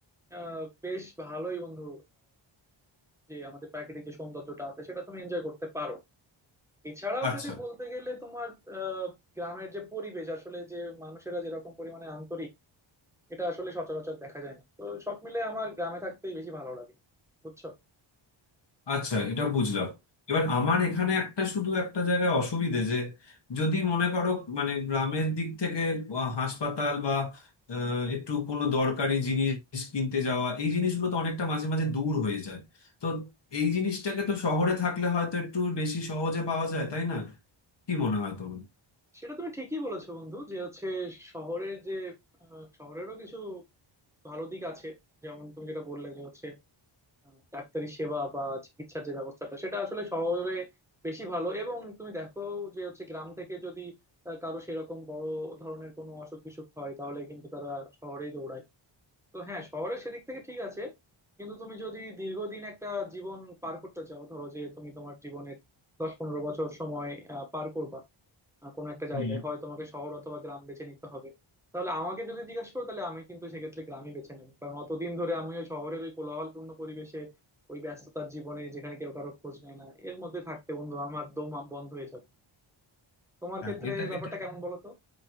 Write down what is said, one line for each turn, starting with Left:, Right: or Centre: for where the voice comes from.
Centre: আহ বেশ ভালোই বন্ধু যে আমাদের প্রাকৃতিক যে সৌন্দর্যটা আছে সেটা তুমি এনজয় করতে পারো এছাড়াও
Left: আচ্ছা
Centre: যদি বলতে গেলে তোমার আহ, গ্রামের যে পরিবেশ আসলে যে মানুষেরা যেরকম পরিমাণে আন্তরিক এটা আসলে সচরাচর দেখা যায় না তো সব মিলে আমার গ্রামে থাকতেই বেশি ভালো লাগে বুঝছো
Left: আচ্ছা এটা বুঝলাম এবার আমার এখানে একটা শুধু একটা জায়গায় অসুবিধে যে যদি মনে করো মানে গ্রামের দিক থেকে আহ, হাসপাতাল বা আহ, একটু কোনো দরকারি জিনিস কিনতে যাওয়া এই জিনিসগুলো তো অনেকটা মাঝে মাঝে দূর হয়ে যায় তো এই জিনিসটাকে তো শহরে থাকলে হয়তো একটু বেশি সহজে পাওয়া যায় তাই না কি মনে হয় তোমার
Centre: সেটা তুমি ঠিকই বলেছো বন্ধু যে হচ্ছে শহরের যে আহ, শহরেরও কিছু ভালো দিক আছে যেমন তুমি যেটা বললে যে হচ্ছে ডাক্তারি সেবা বা চিকিৎসার যে ব্যবস্থাটা সেটা আসলে শহরে বেশি ভালো এবং তুমি দেখো যে হচ্ছে গ্রাম থেকে যদি আহ, কারো সেরকম বড় ধরনের কোনো অসুখ বিসুখ হয় তাহলে কিন্তু তারা শহরেই দৌড়ায় তো হ্যাঁ শহরে সেদিক থেকে ঠিক আছে কিন্তু তুমি যদি দীর্ঘদিন একটা জীবন পার করতে চাও ধরো যে তুমি তোমার জীবনের দশ পনেরো বছর সময় আহ, পার করবা আহ, কোনো একটা
Left: হুম।
Centre: জায়গায় হয় তোমাকে শহর অথবা গ্রাম বেছে নিতে হবে তাহলে আমাকে যদি জিজ্ঞাসা করো তাহলে আমি কিন্তু সেক্ষেত্রে গ্রামই বেছে নেবো কারণ অতদিন ধরে আমি ওই শহরের ওই কোলাহলপূর্ণ পরিবেশে ওই ব্যস্ততার জীবনে যেখানে কেউ কারো খোঁজ নেয় না এর মধ্যে থাকতে বন্ধু আমার দম আম- বন্ধ হয়ে যাবে তোমার
Left: হ্যাঁ
Centre: ক্ষেত্রে
Left: এটা
Centre: ব্যাপারটা
Left: এটা
Centre: কেমন বলো তো